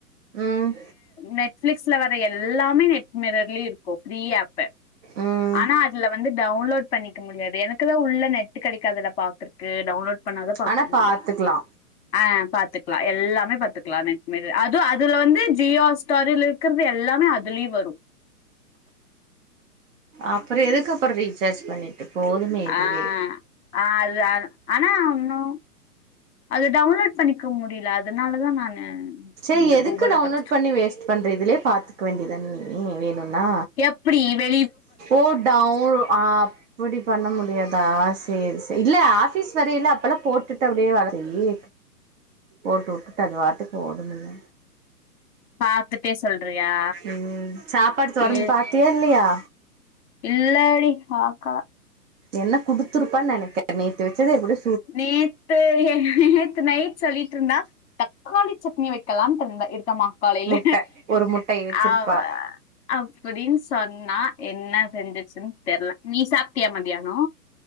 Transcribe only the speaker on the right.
ம்
ம்
ஆனா
பாத்துக்கலா
அப்பரோ எதுக்கப்புரோ ரீசார்ஜ் பண்ணிட் போதுமே இதுவே
சேரி
எதுக்கு
டவுன்லோட்
பண்ணி வேஸ்ட் பண்ற இதுலயே பாத்துக்க வேண்டியதான நீயி வேணுன்னா
ஓ டவ் ஆ அப்டி பண்ண முடியாதா செரி செரி இல்ல ஆபிஸ் வரையில அப்பல்லா போட்டுட்டு அப்டியே வேல செய்யி போட்டு வுட்டுட்டு அதுவாட்டுக்கு ஓடும்மில்ல
ம் சாப்பாடு துறந்து
பாத்தியா இல்லையா
என்ன குடுத்துருப்பான்னு நெனைக்றே நீ நேத்து வச்சது எப்டி
முட்ட ஒரு முட்டைய வச்சிருப்பா